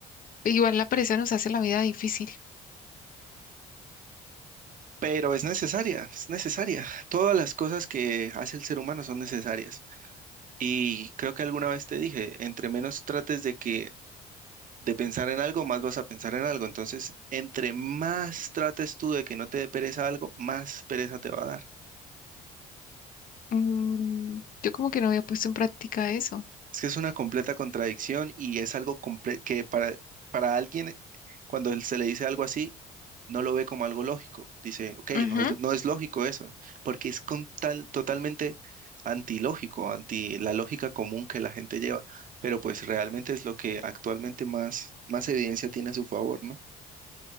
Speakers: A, on the left; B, on the right.
A: Igual la pereza nos hace la vida difícil.
B: Pero es necesaria, es necesaria. Todas las cosas que hace el ser humano son necesarias. Y creo que alguna vez te dije, entre menos trates de que de pensar en algo, más vas a pensar en algo. Entonces, entre más trates tú de que no te dé pereza algo, más pereza te va a dar.
A: Mm, yo como que no había puesto en práctica eso.
B: Es que es una completa contradicción y es algo comple- que para, para alguien, cuando él se le dice algo así, no lo ve como algo lógico. Dice, ok,
A: Ujú.
B: no es, no es lógico eso, porque es con tal, totalmente antilógico, anti la lógica común que la gente lleva. Pero pues realmente es lo que actualmente más, más evidencia tiene a su favor, ¿no?